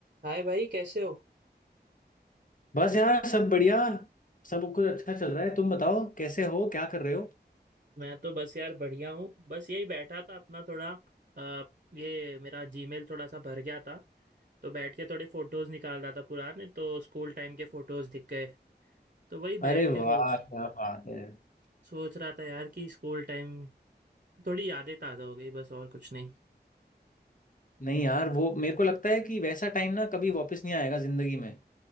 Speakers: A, on the right; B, on the left.
A: हाय भाई कैसे हो
B: बस यार सब बढ़िया सब कुछ अच्छा चल रहा है तुम बताओ कैसे हो क्या कर रहे हो
A: मैं तो बस यार बढ़िया हूँ बस यही बैठा था अपना थोड़ा अ, ये मेरा जीमेल थोड़ा सा भर गया था तो बैठ के थोड़े फोटोज निकाल रहा था पुराने तो स्कूल टाइम के फोटोज दिख गए तो वही बैठ
B: अरे वाह
A: के सोच
B: क्या बात है
A: सोच रहा था यार कि स्कूल टाइम थोड़ी यादें ताज़ा हो गई बस और कुछ नहीं
B: नहीं यार वो मेरे को लगता है कि वैसा टाइम ना कभी वापस नहीं आएगा जिंदगी में